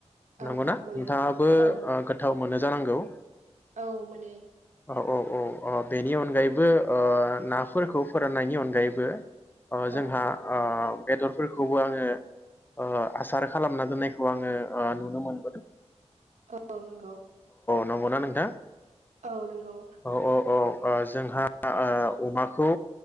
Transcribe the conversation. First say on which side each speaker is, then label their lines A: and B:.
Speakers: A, on the right (about 90°); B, on the left (about 15°).
A: औ
B: नंगौ ना?
A: मोनो
B: नोंथाङाबो ओ
A: औ
B: गोथाव मोनो जानांगौ।
A: औ मोनो।
B: औ औ अ बेनि अनगायैबो ओ नाफोरखौ फोराननायनि अनगायैबो अ
A: औ
B: जोंहा अ बेदरफोरखौबो आङो ओ आसार खालामना दोननायखौ आङो ओ नुनो मोनदों।
A: औ नंगौ।
B: नंगौ ना नोंथां?
A: औ नंगौ।
B: औ औ औ जोंहा ओ ओ अमाखौ